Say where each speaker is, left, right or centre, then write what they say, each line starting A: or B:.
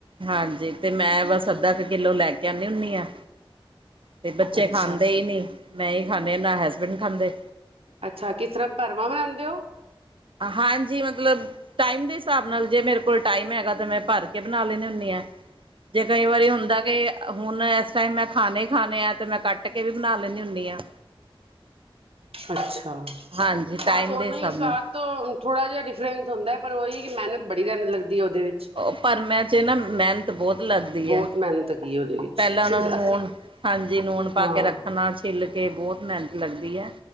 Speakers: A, on the right; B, on the right.
A: ਹਾਂਜੀ, ਤੇ ਮੈਂ ਬਸ ਅੱਧਾ ਕੁ ਕਿੱਲੋ ਲੈ ਕੇ ਆਨੀ ਐੱਨ ਇਹ ਤੇ ਬੱਚੇ
B: ਅੱਛਾ
A: ਖਾਂਦੇ ਹੀ ਨਹੀਂ। ਮੈਂ ਹੀ ਖਾਂਦੇ ਨਾ ਹੈਸਬੈਂਡ ਖਾਂਦੇ।
B: ਅੱਛਾ ਕਿਸ ਤਰ੍ਹਾਂ ਭਰਵਾਂ ਬਣਾਉਂਦੇ ਹੋ
A: ਹਾਂਜੀ। ਮਤਲਬ, ਟਾਈਮ ਦੇ ਹਿਸਾਬ ਨਾਲ ਜੇ ਮੇਰੇ ਕੋਲ ਟਾਈਮ ਹੈਗਾ ਤਾਂ ਮੈਂ ਭਰ ਕੇ ਬਣਾ ਲੈਂਦੀ ਹੁੰਦੀ। ਜੇ ਕਈ ਵਾਰੀ ਹੁੰਦਾ ਕਿ ਹੁਣ ਇਸ ਟਾਈਮ ਮੈਂ ਖਾਣੇ ਹੀ ਖਾਣੇ ਆ ਤਾਂ ਮੈਂ ਕੱਟ ਕੇ ਵੀ ਬਣਾ ਲੈਂਦੀ ਹੁੰਦੀ ਹਾਂ।
B: ਅੱਛਾ
A: ਹਾਂਜੀ ਟਾਈਮ
B: ਹਾਂ ਦੋਨੋ
A: ਦੇ ਹਿਸਾਬ
B: ਈ ਸਵਾਦ
A: ਨਾਲ
B: ਤੋ- ਥੋੜ੍ਹਾ ਜਿਹਾ ਡਿਫਰਸ ਹੁੰਦਾ ਪਰ ਉਹੀ ਕੀ ਮੇਨਤ ਬੜੀ ਜਾਦਾ ਲੱਗਦੀ। ਹੈ ਉਹਦੇ ਵਿੱਚ
A: ਓ ਪਰ ਮੈਂ ਤੇ ਨਾ ਮੈਨ- ਬੋਤ ਲੱਗਦੀ
B: ਬਹੁਤ
A: ਐ।
B: ਮਿਹਨਤ ਹੈਗੀ ਉਹਦੇ ਵਿੱਚ
A: ਪੈਲਾਂ ਉਨਾਂ
B: ਫਿਰ
A: ਨੂੰ ਨੂਣ
B: ਅਸੀਂ
A: ਹਾਂਜੀ ਨੂਣ ਪਾ
B: ਹਾਂ
A: ਕੇ ਰੱਖਣਾ। ਛਿੱਲ ਕੇ ਕਿ ਬੋਤ ਮੇਨਤ ਲੱਗਦੀ ਐ।